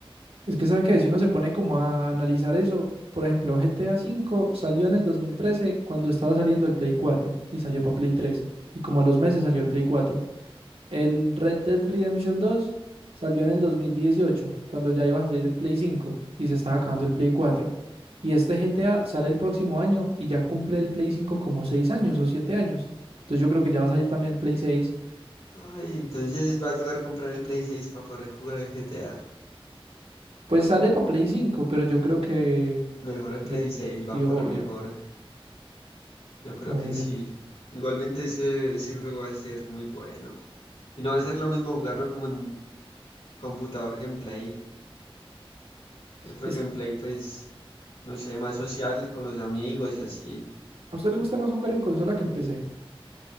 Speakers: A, on the right; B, on the left.
A: Es que sabe que si uno se pone como a analizar eso, por ejemplo, GTA cinco salió en el 2013 cuando estaba saliendo el Play cuatro y salió para Play
B: Sí.
A: tres y como a los meses salió el Play cuatro, El Red Dead Redemption dos salió en el 2018 cuando ya iba a salir el Play cinco y se estaba acabando el Play cuatro Y este GTA sale el próximo año y ya cumple el Play cinco como 6 años o 7 años. Entonces yo creo que ya va a salir también el Play seis.
B: Ay, entonces va a tocar comprar el Play 6 para poder jugar el GTA.
A: Pues sale para Play cinco, pero yo creo que...
B: Mejor en
A: Yo...
B: Play 6 va
A: Sí,
B: a
A: obvio,
B: correr mejor. Yo creo
A: obvio.
B: que sí. Igualmente ese, ese juego va a ser muy bueno. Y no va a ser lo mismo jugarlo como en computador que en Play. Yo creo
A: Es
B: que en Play pues no sé, más social con los amigos y así.
A: A usted le gusta más jugar en consola que en PC.